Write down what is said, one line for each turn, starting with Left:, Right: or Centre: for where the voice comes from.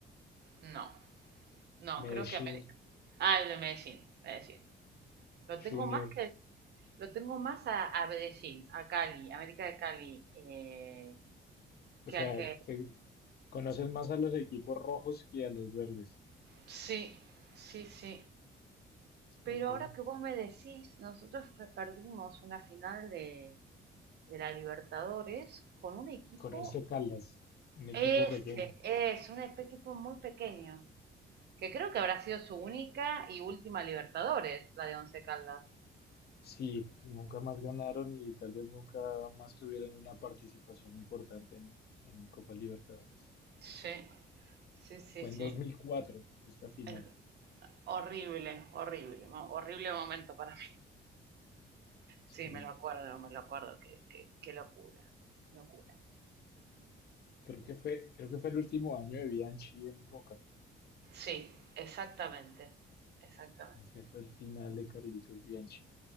Right: No, no,
Left: Medellín,
Right: creo que América. Ah, el de Medellín, Medellín. Lo
Left: Junior.
Right: tengo más que, lo tengo más a, a Medellín, a Cali, América de Cali, eh,
Left: O
Right: que
Left: sea,
Right: al que
Left: te conoces más a los equipos rojos que a los verdes.
Right: Sí, sí, sí. Pero
Left: Ok.
Right: ahora que vos me decís, nosotros pe- perdimos una final de, de la Libertadores con un equipo,
Left: Corinthians Caldas, un equipo
Right: ese
Left: pequeño.
Right: es, un ep- equipo muy pequeño, que creo que habrá sido su única y última Libertadores, la de Once Caldas.
Left: Sí, nunca más ganaron y tal vez nunca más tuvieron una participación importante en, en Copa Libertadores.
Right: Sí, sí, sí,
Left: Fue
Right: sí.
Left: en dos mil cuatro esta final.
Right: El- horrible, horrible, mo- horrible momento para mí.
Left: Sí.
Right: Sí, me lo acuerdo, me lo acuerdo, qué, qué, qué locura, qué locura.
Left: Creo que fue, creo que fue el último año de Bianchi en Boca.
Right: Sí, exactamente, exactamente.
Left: Ese fue el final de Carlitos Bianchi.